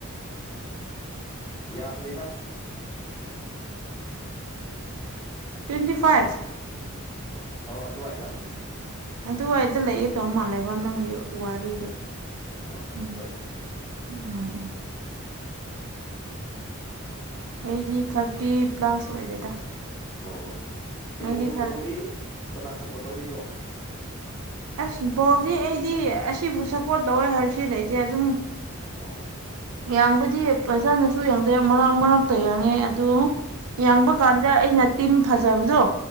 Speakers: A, on the left (about 20°); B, on the right (about 80°).
A: ꯌꯥꯝꯅꯦꯗ
B: ꯇ꯭ꯋꯦꯟꯇꯤ ꯐꯥꯏꯚ
A: ꯑꯣ ꯑꯗꯨꯋꯥꯏꯗ ꯎꯝ
B: ꯑꯗꯨꯋꯥꯏꯗ ꯂꯩꯒꯦ ꯇꯧ ꯃꯥꯜꯂꯦꯕ ꯅꯪꯒꯤ ꯋꯥꯔꯤꯗꯣ
A: ꯎꯝ ꯍꯣꯏ ꯍꯣꯏ
B: ꯎꯝ
A: ꯑꯗꯨꯋꯥꯏꯗ ꯂꯩꯌꯦ
B: ꯎꯝ ꯎꯝ ꯑꯩꯗꯤ ꯊꯥꯔꯇꯤ ꯄ꯭ꯂꯁ ꯑꯣꯏꯔꯦꯗ
A: ꯑꯣ ꯑꯣ ꯁꯦꯣ
B: ꯑꯩꯗꯤ ꯊꯥꯔ
A: ꯕꯣꯜꯗꯤ ꯀꯅꯥ ꯁꯞꯄꯣꯔꯠ ꯇꯧꯗꯣꯏꯅꯣ
B: ꯑꯁ ꯕꯣꯜꯗꯤ ꯑꯩꯗꯤ ꯑꯁꯤꯕꯨ ꯁꯞꯄꯣꯔꯠ ꯇꯧꯋꯦ ꯍꯥꯏꯕꯁꯤ ꯂꯩꯇꯦ ꯑꯗꯨꯝ
A: ꯑꯣ
B: ꯌꯥꯡꯕꯗꯤ ꯐꯖꯅꯁꯨ ꯌꯥꯡꯗꯦ ꯃꯔꯛ ꯃꯔꯛꯇ ꯌꯦꯡꯉꯦ ꯑꯗꯨ ꯌꯥꯡꯕ ꯀꯥꯟ ꯁꯤꯗ ꯑꯩꯅ ꯇꯤꯝ ꯐꯖꯕꯗꯨ